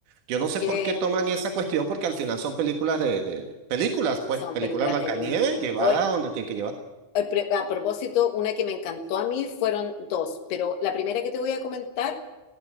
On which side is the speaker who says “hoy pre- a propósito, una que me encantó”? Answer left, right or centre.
Left